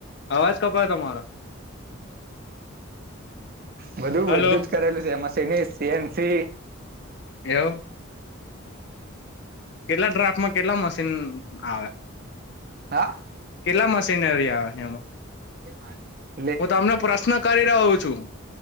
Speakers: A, on the left; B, on the right.
A: અવાજ કપાય તમારો
B: બધું બધ્ધું
A: હલો
B: જ કરેલું છે, એમાં સેને સી એન સી
A: એવું, કેટલા ડ્રાફ્ટમાં કેટલા મશીન આવે?
B: હા,
A: કેટલા મશીનરી આવે એમાં?
B: તે પાંચ દસ <inaudible>
A: હું તમને પ્રશ્ન કરી રહ્યો છું.